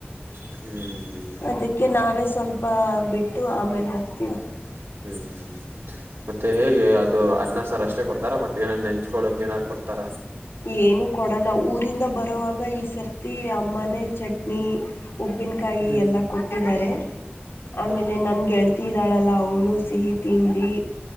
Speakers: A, on the right (about 75°); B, on the left (about 85°).
A: ಹ್ಮ್್ಮ ಹ್ಮ್ ಹ್ಮ್
B: ಅದಕ್ಕೆ ನಾವೇ ಸ್ವಲ್ಪ ಬಿಟ್ಟು ಆಮೇಲೆ ಹೋಗ್ತೀವಿ
A: ಹ್ಮ್ ಹ್ಮ್ ಮತ್ತೆ ಹೇಗೆ ಅದು ಅನ್ನ ಸಾರ್ ಅಷ್ಟೇ ಕೊಡ್ತಾರ ಮತ್ತೆ ಏನಾರ್ ನೆಂಚ್ಕೊಳಕ್ ಏನಾದ್ರು ಕೊಡ್ತಾರಾ
B: ಏನು ಕೊಡೋಲ್ಲ ಊರಿಂದ ಬರೋವಾಗ ಈ ಸರ್ತಿ ಅಮ್ಮನೆ ಚಟ್ನಿ ಉಪ್ಪಿನಕಾಯಿ
A: ಹ್ಮ್
B: ಎಲ್ಲ ಕೊಟ್ಟಿದ್ದಾರೆ ಆಮೇಲೆ
A: ಹಾ ಹಾ
B: ನನ್ ಗೆಳ್ ಇದಾಳಲ್ಲ ಅವಳು ಸಿಹಿ ತಿಂಡಿ